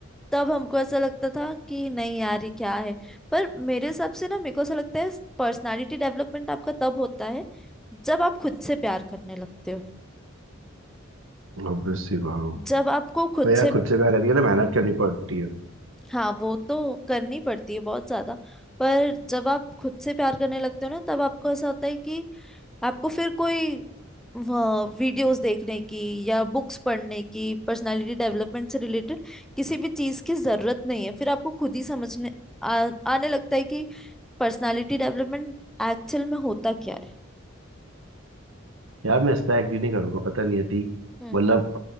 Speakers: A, in the centre; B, on the right.
A: तब हमको ऐसा लगता था कि नहीं यार ये क्या है पर मेरे हिसाब से ना मेरे को ऐसा लगता है पर्सनालिटी डेवलपमेंट आपका तब होता है जब आप खुद से प्यार करने लगते हो
B: ऑब्वियसली वाह
A: जब आपको खुद
B: भैया
A: से
B: खुद से प्यार करने के लिए मेहनत करनी पड़ती है
A: हाँ वो तो करनी पड़ती है बहुत ज्यादा पर जब आप खुद से प्यार करने लगते हो ना तब आपको ऐसा होता है कि आपको फिर कोई वीडियोस देखने की या बुक्स पढ़ने की पर्सनालिटी डेवलपमेंट से रिलेटेड किसी भी चीज की जरूरत नहीं है फिर आपको खुद ही समझने आ, आने लगता है कि पर्सनालिटी डेवलपमेंट एक्चुअल में होता क्या है
B: यार मैं इस पे एग्री नहीं करूंगा पता नहीं यदि
A: हम्म
B: मतलब